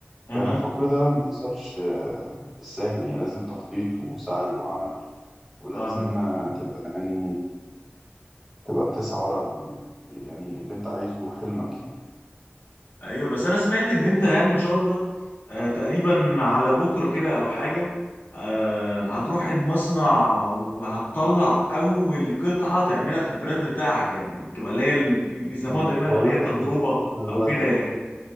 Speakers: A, in the centre; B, on the left.
A: فاهم
B: اها
A: فكل ده ما بيحصلش آه، بالساهل يعني لازم تخطيط وسعي وعمل ولازم
B: فاهمك
A: آه، تبقى يعني تبقى بتسعى ورا ال... يعني اللي انت عايزه حلمك يعني
B: ايوه بس انا سمعت ان انت يعني ان شاء الله آه تقريبا على بكره كده او حاجه آه هتروح المصنع وهتطلع اول قطعه تعملها في البراند بتاعك يعني بتبقى اللي هي اللي بي- بيسموها
A: انا
B: تقريبا
A: بقول
B: اللي
A: لك
B: هي التجربه
A: احنا احنا
B: او
A: دلوقتي
B: كده يعني